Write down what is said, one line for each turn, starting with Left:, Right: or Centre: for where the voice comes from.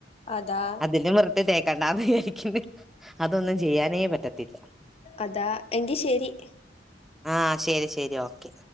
Left: അതാ
Centre: അതില് വൃത്തി തേക്കണ്ടാന്ന് വിചാരിക്കുന്നെ. അതൊന്നും ചെയ്യാനേ പറ്റത്തില്ല.
Left: അതാ എങ്കി ശരി
Centre: ആ. ശരി, ശരി, ഓക്കെ.